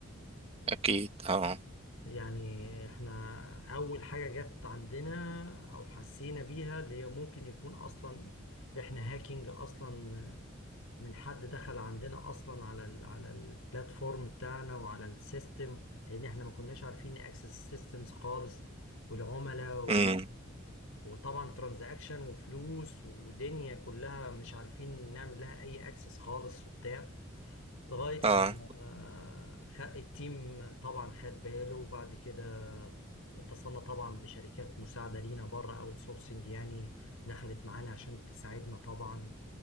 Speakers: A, on the right; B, on the left.
A: اكيد اه
B: يعني احنا أول حاجة جت عندنا أو حسينا بيها اللي هي ممكن يكون أصلا احنا هاكينج أصلا من حد دخل عندنا أصلا على ال على البلاتفورم بتاعنا وعلى السيستم لأن احنا ما كناش عارفين نأكسس السيستمز خالص والعملاء
A: امم
B: وطبعا ترانزاكشن وفلوس ودنيا كلها مش عارفين نعمل لها اي اكسس خالص وبتاع لغاية
A: اه
B: لما خ- التيم طبعا خد باله وبعد كده اتصلنا طبعا بشركات مساعدة لينا بره اوت سورسنج يعني دخلت معانا عشان تساعدنا طبعا